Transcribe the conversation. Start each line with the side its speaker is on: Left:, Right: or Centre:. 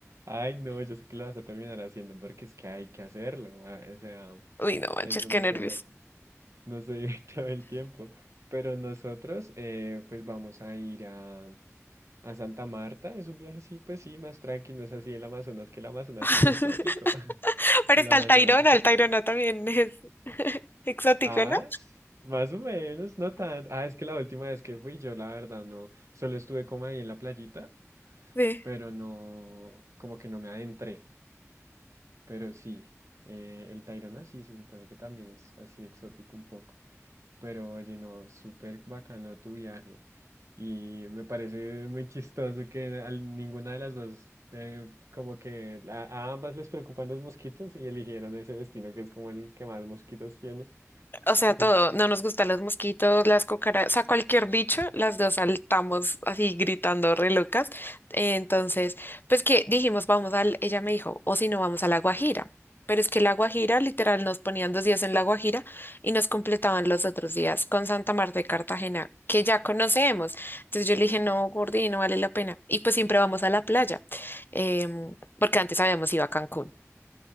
Right: Ay, no, yo sé que lo vas a terminar haciendo porque es que hay que hacerlo. ah, O sea,
Left: uy, no manches,
Right: eso
Left: qué
Right: no
Left: nervios.
Right: sé, nos se vive <laughs> todo el tiempo. Pero nosotros, eh, pues vamos a ir a, a Santa Marta. Es un viaje, así pues sí, más tranquilo. No es así el Amazonas, que el Amazonas
Left: <laughs>
Right: es exótico. <laughs>
Left: Pero
Right: El
Left: está
Right: Amazonas
Left: el Tayrona,
Right: es exótico.
Left: el Tayrona también es <laughs> exótico,
Right: Ah,
Left: ¿no?
Right: s- más o menos, no tanto. Ah, es que la última vez que fui yo, la verdad, no. Solo estuve como ahí en la playita,
Left: Sí.
Right: pero no, como que no me adentré. Pero sí, eh, el Tayrona sí se supone que también es así exótico un poco. Pero oye, no, súper bacano tu viaje. Y me parece muy chistoso que a ninguna de las dos, eh, como que a, a ambas les preocupan los mosquitos y eligieron ese destino que es como el que más mosquitos tiene.
Left: O sea,
Right: <laughs>
Left: todo, no nos gustan los mosquitos, las cucarachas, o sea, cualquier bicho, las dos saltamos así gritando re locas. Eh, Entonces, pues que dijimos, vamos al, ella me dijo, o si no, vamos a La Guajira. Pero es que La Guajira, literal, nos ponían dos días en La Guajira y nos completaban los otros días con Santa Marta de Cartagena, que ya conocemos. Entonces yo le dije, no, Gordi, no vale la pena. Y pues siempre vamos a la playa, em, porque antes habíamos ido a Cancún.